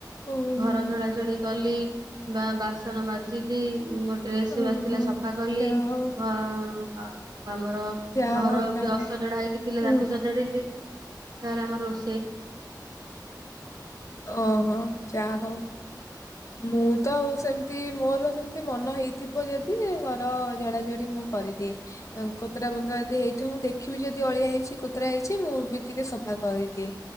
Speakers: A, on the left; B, on the right.
A: ଓହୋ
B: ଘର ଝଡା ଝଡି କଲି ବା ବାସନ ମାଜିଲି ଗୋଟେ ଡ୍ରେସଗୁଡା
A: ଓହୋ
B: କ ଥିଲା ସଫା କଲି
A: ଯାହା ହଉ
B: ଓ ଅଁ ଆଉ ଆମର
A: ଯାହା
B: ଘର
A: ହଉ ଯାହା
B: ବି
A: ହଉ
B: ଅସଜଡା ହେଇକି ଥିଲେ
A: ହୁଁ
B: ତାକୁ ସଜାଡିଲି ସରେ ଆମର ରୋଷ
A: ହଁ ଓହୋ ଯା ହଉ ମୁଁ ତ ସେମତି ମୋର ସେମତି ମନ ହେଇଥିବ ଯଦି ଘର ଜଝଡାଜଡି ମୁଁ କରିଦିଏ କତରା ମତରା ଯଦି ହେଇଥିବ ମୁଁ ଦେଖିବି ଯଦି ଅଳିଆ ହେଇଛି କୋତରା ହେଇଛି ମୁଁ ବି ଟିକେ ସଫା କରିଦିଏ।